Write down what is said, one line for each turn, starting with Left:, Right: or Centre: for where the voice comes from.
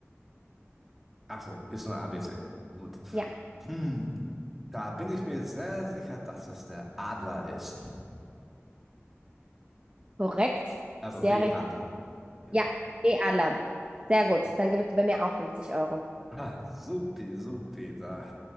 Centre: Achso, ist nur ABC. Gut.
Right: Ja,
Centre: Hm, da bin ich mir sehr sicher, dass es der Adler ist.
Right: Korrekt,
Centre: Also
Right: sehr
Centre: B,
Right: richtig.
Centre: Adler. Genau.
Right: ja, B. Adler. Sehr gut.
Centre: Äh,
Right: Dann gibt es bei mir auch 50 Euro.
Centre: ah, Supi, supi, da,